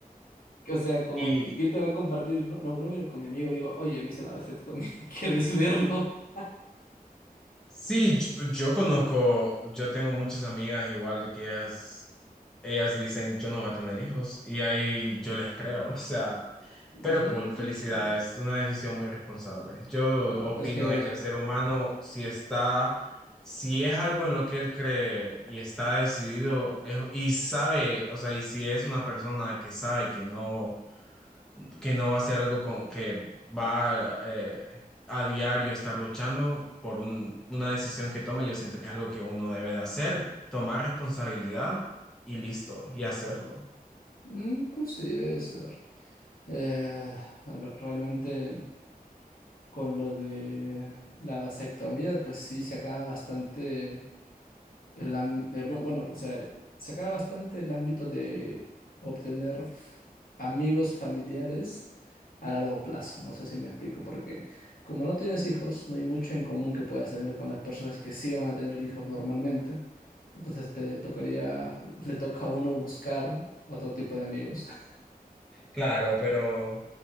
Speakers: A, on the left (about 65°); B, in the centre.
A: o sea, como,
B: Y
A: ¿quién te va a compartir? No, no, no viene con mi amigo, digo, oye, me hice la vasectomía, <laughs> ¿quieres verlo?
B: sí, yo, yo conozco, yo tengo muchas amigas igual de que ellas ellas dicen, yo no voy a tener hijos y ahí yo les creo, <laughs> o sea,
A: Mm,
B: pero cool, felicidades, una decisión muy responsable. Yo
A: no,
B: opino
A: es que,
B: de que el ser humano, si está, si es algo en lo que él cree y está decidido es- y sabe, o sea, y si es una persona que sabe que no que no va a ser algo con, que va eh, a diario estar luchando por un- una decisión que tome. Yo siento que es algo que uno debe de hacer, tomar responsabilidad y listo, y hacerlo.
A: mm, pues sí, debe ser. Eh, re- realmente, con lo de la vasectomía, pues sí, se acaba bastante El, am- eh, bu- bueno, o sea, se acaba bastante el ámbito de obtener f- amigos familiares a largo plazo. No sé si me explico, porque como no tienes hijos, no hay mucho en común que puedas tener con las personas que sí van a tener hijos normalmente. Entonces te tocaría, <laughs> le toca a uno buscar otro tipo de amigos. <laughs>
B: Claro, pero